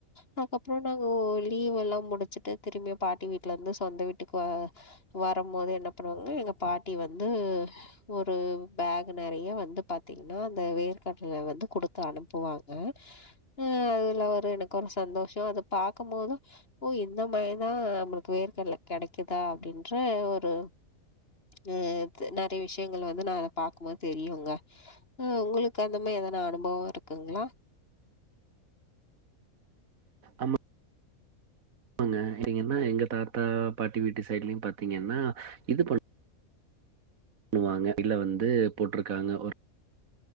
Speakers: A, on the left; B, on the right.
A: அதுக்கப்றோ நாங்க ஓ லீவெல்லா முடிச்சிட்டு திரும்பி பாட்டி வீட்லருந்து சொந்த வீட்டுக்கு வரம்போது என்ன பண்ணுவாங்கன்னா எங்க பாட்டி வந்து ஒரு பேகு நெறையா வந்து பாத்தீங்ன்னா அந்த வேர்க்கடல வந்து குடுத்து அனுப்புவாங்க அ அதுல்ல ஒரு எனக்கு ஒரு சந்தோஷோ அத பாக்குபோது ஓ இந்த மாரிதா நம்மளுக்கு வேர்கடல கெடைக்குதா அப்டின்ற ஒரு அ இது நெறைய விஷயங்கள் வந்து நா அத பாக்கும்போது தெரியுங்க ம் உங்களுக்கு அந்த மாரி எதனா அனுபவோ இருக்குங்ளா
B: ஆமா ங்க இங்கனா எங்க தாத்தா பாட்டி வீட்டு சைட்லயு பாத்தீங்கன்னா இது பண் ணுவாங்க இதல வந்து போட்ருக்காங்க ஒரு